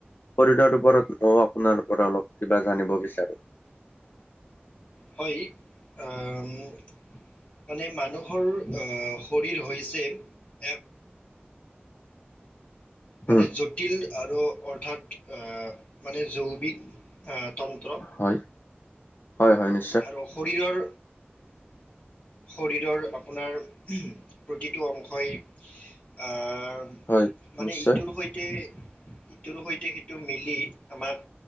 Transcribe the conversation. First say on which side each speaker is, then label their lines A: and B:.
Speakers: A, on the left; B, on the left.
A: শৰীৰৰ ওপৰত ময়ো আপোনাৰ ওপৰত অলপ কিবা জানিব বিচাৰোঁ।
B: হয় অ' মো মানে মানুহৰ অ' শৰীৰ হৈছে এক মানে
A: উম
B: জটিল আৰু অৰ্থাৎ অ' মানে জৈৱিক তন্ত্ৰ।
A: হয়-হয়-হয় নি
B: আৰু শৰীৰৰ শৰীৰৰ আপোনাৰ, প্ৰতিটো অংশই অ'
A: হয়
B: মানে
A: নিশ্চয়
B: ইটোৰ সৈতে ইটোৰ সৈতে সেইটো মিলি আমাক